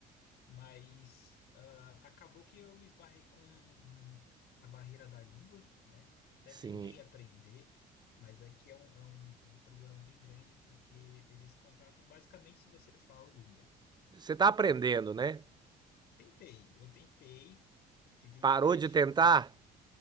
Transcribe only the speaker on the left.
Mas ah, acabou que eu esbarrei com um- um, a barreira da língua, né? Até
tentei aprender, mas aqui é um, é um, é um problema bem grande, porque eles contratam basicamente se você fala o húngaro.
Tentei, eu tentei, tentei
durante
o. <laughs>